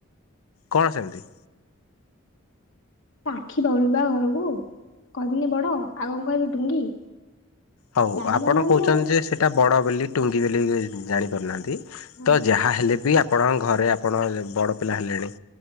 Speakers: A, on the left; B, on the left.
A: କଣ ସେମିତି?
B: ତ ଆଖି ପାଉନି ବା ଘରକୁ କହିବିନି ବଡ ଆଉ କଣ କହିବି ଟୁଙ୍ଗି।
A: ହଉ
B: ଜାଣି
A: ଆପଣ
B: ପାରୁନାହାନ୍ତି
A: କହୁଛନ୍ତି
B: ଆଉ
A: ଯେ, ସେଇଟା ବଡ ବୋଲି ଟୁଙ୍ଗି ବୋଲି ଜାଣିପାରୁନାହାନ୍ତି।
B: ହଁ
A: ତ ଯାହା ହେଲେ ବି, ଆପଣଙ୍କ ଘରେ ଆପଣ ବଡ ପିଲା ହେଲେଣି।